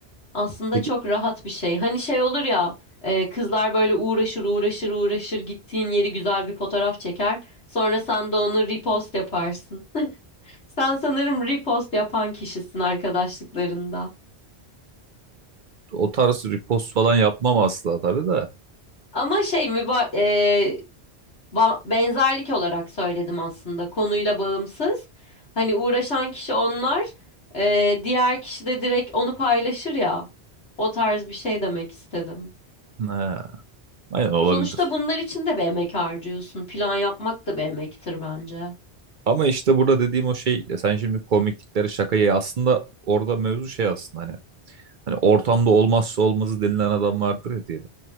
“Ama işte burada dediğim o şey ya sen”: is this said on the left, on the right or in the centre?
Right